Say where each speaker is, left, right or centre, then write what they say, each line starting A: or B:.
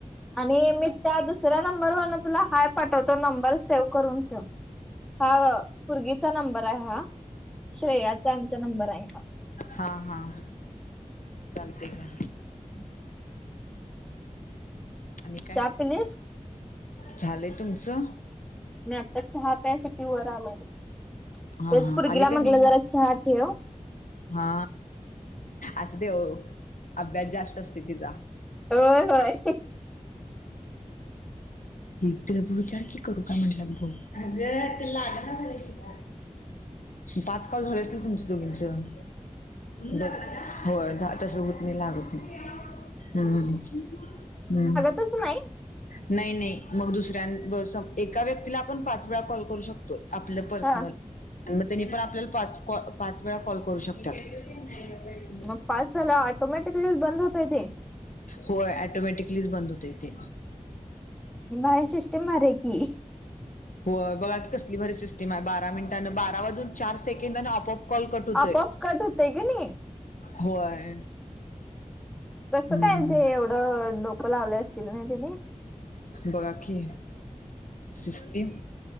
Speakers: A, in the centre; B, on the left.
A: आणि मी त्या दुस दुसऱ्या नंबरवरून तुला हाय पाठवतो, नंबर सेव्ह करून ठेव. हा पोरगी चा नंबर आहे हा. श्रेयाचा आमच्या नंबर आहे हा.
B: हां हां. चालते का?
A: हम्म.
B: आणि काय
A: चहा पिलीस?
B: झालंय तुमचं?
A: मी आता चहा प्यायसाठी वर आलोय, तेच
B: हा हा
A: पोरगीला
B: आली का
A: म्हंटल
B: नाही
A: जरा चहा ठेव.
B: हा, असू द्या ओ, अभ्यास जास्त असतंय तिचा.
A: होय होय.
B: ये तिला विचार की, करू का म्हटलं मी फोन. अगं ते लागना झालाय तिला, पाच कॉल झाले असतील तुमच्या दोघींचं. बट, होय झा तसं होत नाही, लागत नाही. हम्म हम्म.
A: तसं नाही.
B: नाही नाही मग दुसऱ्या एका, व्यक्तीला आपण पाच वेळा कॉल करू शक आपलं पर्सनल
A: हा
B: मग त्यांनी पण आपल्याला पाच कॉ पाच वेळा कॉल करू शकत्यात. <unintelligible>
A: मग पाच झाल्यावर ऑटोमॅटिकलीच बंद होतय तेे.
B: होय ऑटोमॅटिकलीच बंद होतंय ते.
A: पण बाहेर सिस्टीम भारी आहे की.
B: होय बघा की कसली भारी सिस्टम आहे, बारा मिनटानं बारा वाजून चार सेकंड आणि ऑप ऑफ कॉल कट होतोय,
A: आपोआप कट होतय की नाही.
B: होय.
A: कसं
B: हम्म
A: काय ते एवढं डोकं लावले असतील ना, त्याने.
B: बागा की सिस्टिम.